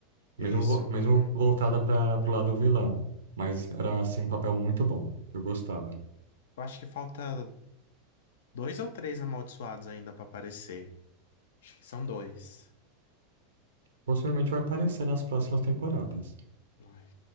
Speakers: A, on the right (about 70°); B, on the left (about 60°).
A: Mesmo,
B: Isso.
A: vo-
B: Uhum.
A: mesmo voltada para pro lado do vilão. Mas era, assim, um papel muito bom. Eu gostava.
B: Eu acho que falta dois ou três amaldiçoados ainda pra aparecer. Acho que são dois.
A: Possivelmente vai aparecer nas próximas temporadas.
B: Ai,